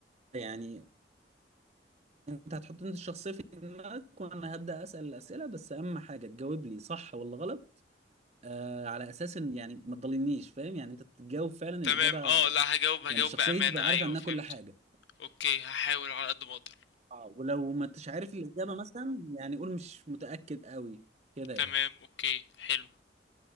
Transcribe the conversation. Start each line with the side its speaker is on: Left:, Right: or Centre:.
Right: يعني انت هتحط انت الشخصية في دماغك وانا هبدأ اسأل الأسئلة بس اهم حاجة تجاوب لي صح ولا غلط آه على اساس ان يعني ما تضلنيش فاهم يعني انت بتجاوب فعلا
Left: تمام
Right: الإجابة
Left: آه لأ هاجاوب هاجاوب
Right: يعني الشخصية
Left: بأمانة
Right: دي انت تبقى
Left: أيوه
Right: عارف عنها
Left: فهمت
Right: كل حاجة
Left: أوكي هاحاول على قد ما أقدر
Right: اه ولو ما انتش عارف الإجابة مثلا يعني قول مش متأكد قوي كده يعني
Left: تمام أوكي حلو